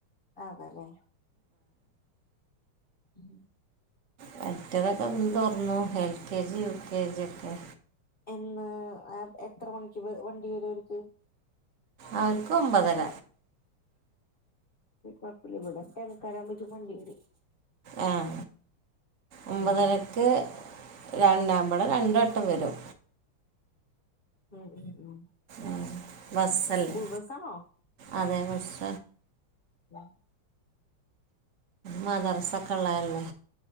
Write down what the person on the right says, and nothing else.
മറ്റതൊക്കെ തോറന്നു L K G U K G ഒക്കെ
അവർക്ക് ഒമ്പതര
ആഹ ഒമ്പതരക്ക്
രണ്ടാ്പടെ രണ്ടു വട്ടം വരും
ഉം ബസ്സല്ലേ
അതേപക്ഷ
മദറസൊക്കെ ഉള്ളല്ലേ